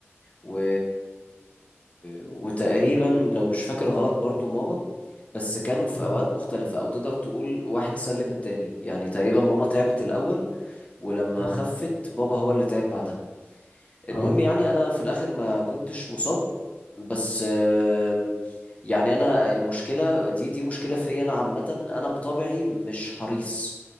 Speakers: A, on the left (about 30°); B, on the left (about 85°).
A: و... وتقريبا لو مش فاكر غلط برضو ماما بس كانوا في
B: مم،
A: اوقات مختلفة او تقدر تقول واحد سلم التاني يعني تقريبا ماما تعبت الاول ولما
B: مم.
A: خفت بابا هو اللي تعب بعدها المهم
B: اه
A: يعني انا في الاخر ما كنتش مصاب بس آم، يعني انا المشكله دي دي مشكله فيا انا عامه انا بطبعي مش حريص